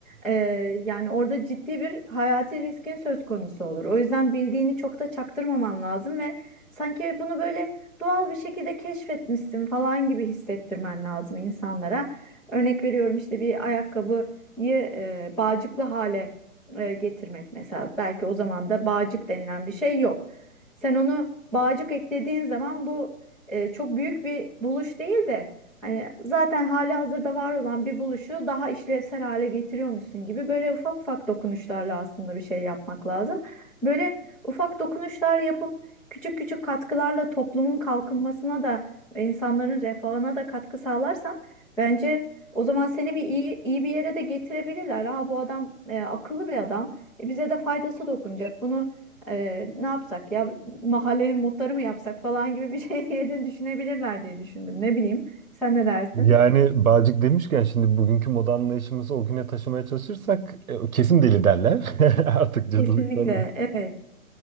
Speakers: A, in the centre; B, on the right.
A: E, yani orada ciddi bir hayati riskin söz konusu olur. O yüzden bildiğini çok da çaktırmaman lazım ve sanki bunu böyle doğal bir şekilde keşfetmişsin falan gibi hissettirmen lazım insanlara. Örnek veriyorum işte bir ayakkabı e, bağcıklı hale e, getirmek mesela. Belki o zaman da bağcık denilen bir şey yok. Sen onu bağcık eklediğin zaman bu e, çok büyük bir buluş değil de hani zaten hali hazırda var olan bir buluşu daha işlevsel hale getiriyormuşsun gibi böyle ufak ufak dokunuşlarla aslında bir şey yapmak lazım. Böyle ufak dokunuşlar yapıp küçük küçük katkılarla toplumun kalkınmasına da ve insanların refahına da katkı sağlarsan bence o zaman seni bir iyi, iyi bir yere de getirebilirler. Ha bu adam e, akıllı bir adam. E, bize de faydası dokunacak. Bunu e, ne yapsak ya mahallenin muhtarı mı yapsak falan gibi bir şey <laughs> diye de düşünebilirler diye düşündüm. Ne bileyim. Sen ne dersin?
B: Yani Bağcık demişken şimdi bugünkü moda anlayışımızı o güne taşımaya çalışırsak e, kesin deli derler. <laughs> Artık cadılıktan
A: Kesinlikle. Evet.